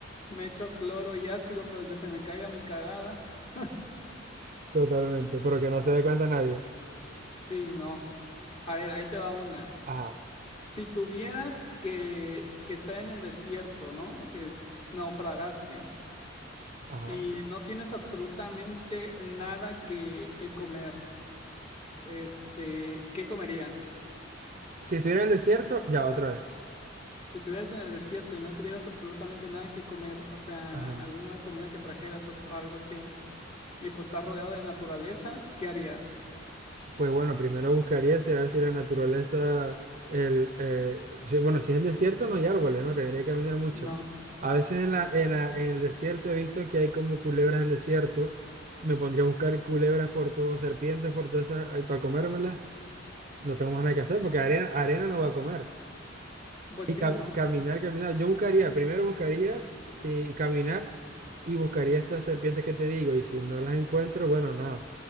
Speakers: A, on the left (about 30°); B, on the right (about 40°).
A: me echo cloro y ácido para que se me caiga mi cagada. <laughs>
B: <laughs> totalmente. Pero que no se dé cuenta nadie.
A: Sí, no. A ver, ahí te va una.
B: Ajá,
A: Si tuvieras que, que estar en el desierto, ¿no? Que naufragaste
B: ajá.
A: y no tienes absolutamente nada que, que comer, este, ¿qué comerías?
B: Si estuviera en el desierto, ya otra vez.
A: Si estuvieras en el desierto y no tuvieras absolutamente nada que comer, o sea,
B: Ajá.
A: alguna comida que trajeras o, o algo así, y pues estás rodeado de naturaleza, ¿qué harías?
B: Pues bueno, primero buscaría si a ver si la naturaleza, el, eh, si- bueno, si es el desierto no hay árboles, ¿no? Tendría que caminar mucho.
A: No.
B: A veces en la, en la- en el desierto he visto que hay como culebras del desierto. Me pondría a buscar culebras por todo, serpientes por todas esas, para comérmelas. No tengo más nada que hacer porque arena, arena no voy a comer.
A: Pues
B: Y
A: sí,
B: ca-
A: ¿no?
B: caminar, caminar. Yo buscaría, primero buscaría, si caminar y buscaría estas serpientes que te digo. Y si no las encuentro, bueno, nada,